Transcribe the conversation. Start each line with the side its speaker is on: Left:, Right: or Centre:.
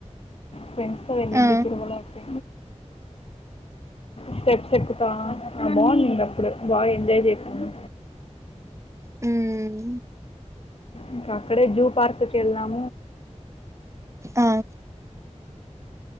Left: ఫ్రెండ్స్ తో వెళ్ళండి
Right: ఆ
Left: తిరుమలకి స్టెప్స్ ఎక్కుతా బాగునింది అప్పుడు బాగా ఎంజాయ్ చేశాను
Right: మ్
Left: ఇంకా అక్కడే జూ పార్క్కి వెళ్ళినం
Right: అ